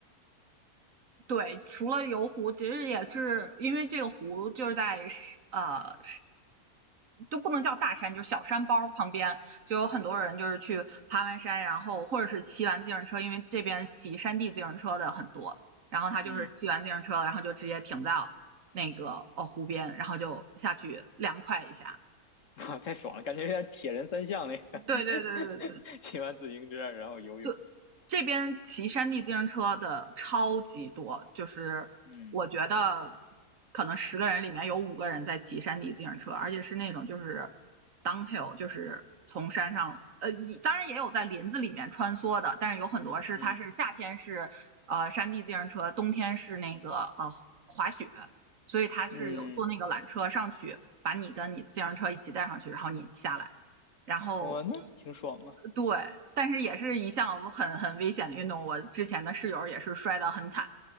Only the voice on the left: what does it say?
嗯。
<laughs> 哇，太爽了，感觉有点铁人三项那个，<laughs>
骑完自行车然后游泳，
嗯
嗯
嗯，
哇，那挺爽啊！